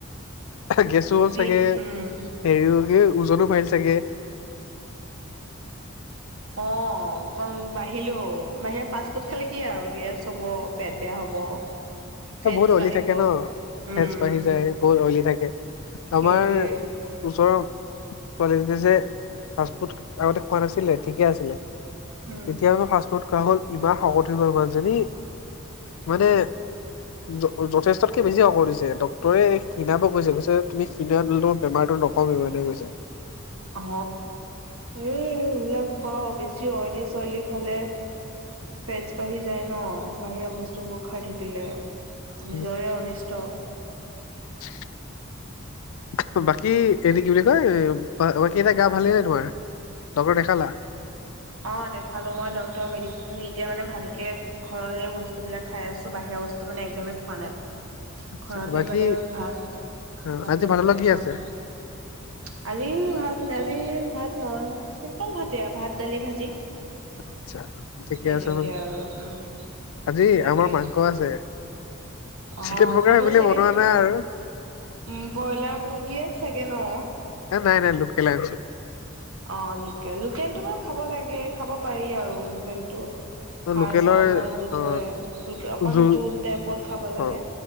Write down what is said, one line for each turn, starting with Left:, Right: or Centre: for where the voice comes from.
Left: গেছো হ'ল
Right: দি
Left: চাগে,
Right: উম
Left: হেৰিও ওজনো বাঢ়িল চাগে?
Right: অ অকণ বাঢ়িলেও। বাহিৰা ফাষ্টফুড খালে কি আৰু গেছ হ'ব, পেট বেয়া হ'ব। ফেটছ
Left: বহুত অইলি
Right: বাঢ়িব
Left: থাকে ন।
Right: উম
Left: ফেটচ বাঢ়ি যায়, বহুত অইলি থাকে।
Right: সেইটোৱে
Left: আমাৰ ওচৰৰ ছোৱালীজনী যে ফাষ্টফুড আগতে খোৱা নাছিলে ঠিকে আছিলে
Right: উম
Left: তেতিয়ানো ফাফুড খোৱা হ'ল, ইমান শকত হৈ হ'ল মানুহজনী মানে য-যথেষ্টতকে বেছি শকত হৈছে। ডক্তৰে ক্ষীনাব কৈছে, কৈছে তুমি তেতিয়াহ'লেটো বেমাৰটো নকমিবই এনেকে কৈছে।
Right: অ এই এইবিলাক <unintelligible> বেছি অইলি-চইলি খালে ফেটছ বাঢ়ি যায় ন, বাহিৰৰ বস্তুবোৰ খাই থাকিলে। নিজৰে
Left: উম,
Right: অনিষ্ট
Left: <inaudible> বাকী এনে কি বুলি কয় বাকী এনে গা ভালেই নে তোমাৰ? ডক্তৰ দেখালা?
Right: অ দেখালো মই ডক্তৰৰ মেডিচিন এতিয়া মানে ভালকে ঘৰৰে বস্তুবিলাক খাই আছো বাহিৰা বস্তু মানে একদমেই খোৱা নাই।
Left: আচ্ছা
Right: ঘৰতে
Left: বাকী
Right: মানে ভাত,
Left: অ
Right: ভাত-চাত
Left: আজি ভাতৰ
Right: খাই
Left: লগত কি
Right: যাওঁ
Left: আছে
Right: আৰ। আজি ভাত নে আজি ভাত নহয় চিম্পল ভাতে আৰু ভাত, দালি, ভাজি।
Left: আচ্ছা ঠিকে
Right: তেনেকে
Left: আছে ন?
Right: আৰু উম।
Left: আজি
Right: তাকে
Left: আমাৰ মাংস আছে,
Right: অ
Left: চিকেন পকৰা
Right: তুমিও
Left: সেইবুলি
Right: চাগে
Left: বনোৱা নাই আৰু।
Right: উম ব্ৰইলাৰ মুৰ্গীয়ে চাগে ন।
Left: নাই নাই লোকেলে আনিছো।
Right: অ লোকেল, লোকেলটো বাৰু খাব লাগে খাব পাৰি আৰু লোকেলটো।
Left: অ',
Right: হাৰ-চাৰ
Left: লোকেলৰ
Right: মজবুত
Left: অ
Right: কৰে, লোকেল অলপ
Left: জো
Right: জোল টাইপত খাব লাগে।
Left: অ